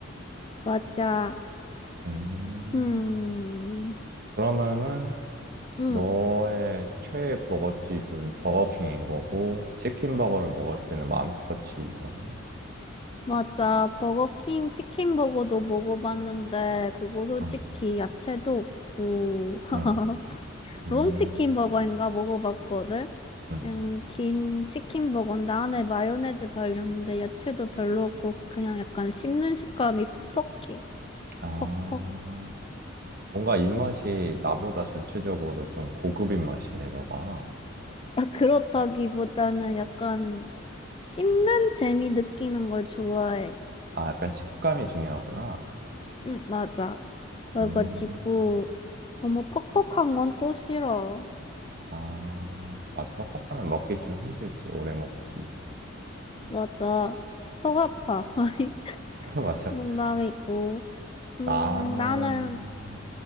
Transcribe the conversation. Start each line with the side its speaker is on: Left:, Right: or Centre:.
Left: 맞아.
Right: 음.
Left: 음,
Right: 그러면은
Left: 음,
Right: 너의 최애 버거집은 버거킹인 거고, 치킨버거를 먹을 때는 맘스터치인 거네.
Left: 맞아. 버거킹 치킨버거도 먹어봤는데, 그거 솔직히
Right: 어,
Left: 야채도 없고. <laughs>
Right: 응, 음,
Left: 롱치킨버거인가 먹어봤거든?
Right: 음.
Left: 그냥 긴 치킨 버거인데 안에 마요네즈 발렸는데 야채도 별로 없고 그냥 약간 씹는 식감이 퍽퍽해.
Right: 아,
Left: 퍽퍽.
Right: 뭔가 입맛이 나보다 전체적으로 좀 고급인 맛이네, 너가.
Left: 아, 그렇다기보다는 약간 씹는 재미 느끼는 걸 좋아해.
Right: 아, 약간 식감이 중요하구나.
Left: 응, 맞아. 그래가지고
Right: 음,
Left: 너무 퍽퍽한 건 또 싫어.
Right: 아, 맞아. 퍽퍽하면 먹기 좀 힘들지, 오래 먹기.
Left: 맞아. 속 아파. <laughs> 아니,
Right: <laughs> 맞아.
Left: 농담이고. 음,
Right: 나는,
Left: 나는,